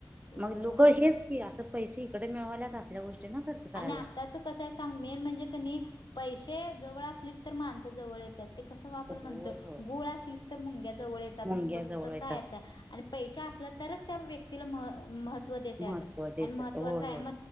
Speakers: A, on the left; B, on the right.
A: होय
B: मग लोकं हेच की आता पैसे इकडे मिळवाल्याच असल्या गोष्टी ना खर्च करायल्या
A: आणि आताच मेन म्हणजे कि नय पैसे जवळ असले तर माणसं जवळ येतात कस आपण
B: होय
A: म्हणतो
B: होय
A: गुळ असल तर मुंग्या जवळ येतात
B: मुंग्या
A: म्हणतो बघ
B: जवळ
A: तस
B: येतात
A: आहे आता आणि पैसे तरच त्या व्यक्तीला महत्व देतात
B: महत्त्व देतात
A: आणि महत्वाच
B: होय
A: आहे
B: होय.
A: म